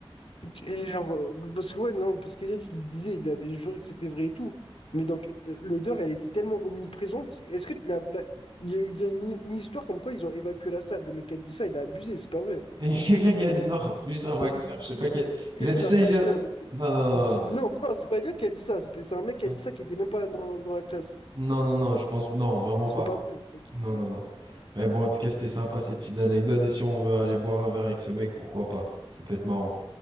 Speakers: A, on the left; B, on the right.
A: Et genre, euh, parce que ouais, non, parce qu'Eliott, il disait, il avait juré que c'était vrai et tout. Mais donc, l'odeur, elle était tellement omniprésente. Est-ce que la- la- il y a eu, il y a une, une histoire comme quoi ils ont évacué la salle. Le mec qui a dit ça, il a abusé, c'est pas vrai.
B: Et <laughs> quelqu'un qui a dit non, lui c'est un maxeur,
A: <laughs>
B: je sais pas qui a dit- Il a
A: C'est
B: dit ça,
A: un facteur.
B: Elliot.
A: donc.
B: non, non.
A: Il dit- Non, non, c'est pas Elliot qui a dit ça. C'est pas- c'est un mec qui
B: non.
A: a dit ça qui était même pas dans, dans la classe.
B: Non, non, non, je pense... Non, vraiment
A: C'est
B: pas.
A: pas vrai.
B: Non, non, non. Mais bon, en tout cas, c'était sympa ces petites anecdotes. Et si on veut aller boire un verre avec ce mec, pourquoi pas? Ça peut être marrant.